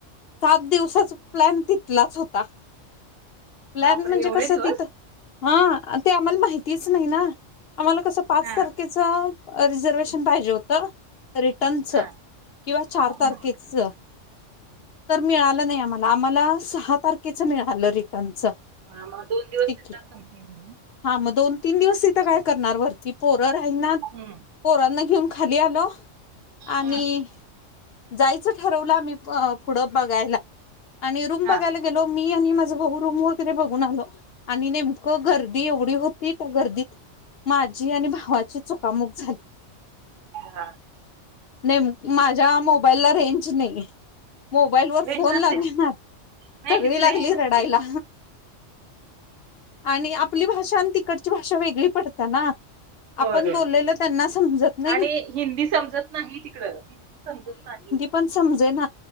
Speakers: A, on the left (about 60°); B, on the right (about 75°).
A: सात दिवसाच प्लँन तिथलाच होता. प्लॅन
B: बापरे
A: म्हणजे
B: एवढे
A: कसं
B: दिवस
A: तिथं हा ते आम्हाला माहितीच नाही ना? आम्हाला कसं पाच
B: हा
A: तारखेच रिझर्वेशन पाहिजे होतं, रि नच
B: हा
A: किंवा चार
B: हा
A: तारखेच तर मिळालं नाही आम्हाला, आम्हाला सहा तारखेच मिळालं रिटर्नच.
B: हा, मग दोन दिवस
A: तिकीट
B: <unintelligible>
A: हा मग दोन तीन दिवस तिथं काय करणार वरती पोर राहिनात.
B: हम्म
A: पोरांना घेऊन खाली आलो. आणि
B: हम्म
A: जायचं ठरवलं आम्ही पुढं बघायला. आणि रुम
B: हा
A: बघायला गेलो मी आणि माझा भाऊ रूम वगैरे बघून आलो, आणि नेमकं गर्दी एवढी होती त्या गर्दीत माझी आणि भावाची चुकामुक झाली.
B: हा
A: नाही माझ्या मोबाईलला रेंज नाही, मोबाईल वर
B: रेंज
A: फोन
B: नसते
A: लागणा.
B: नाही
A: सगळी
B: तिथे रेंज
A: लागली
B: नसते.
A: रडायला. आणि आपली भाषा आणि तिकडची भाषा वेगळी पडत्या ना?
B: <inaudible> होय
A: आपण बोललेलं त्यांना समजत नाही
B: आणि हिंदी समजत नाही तिकड, हिंदी समजत नाही.
A: पण समजे ना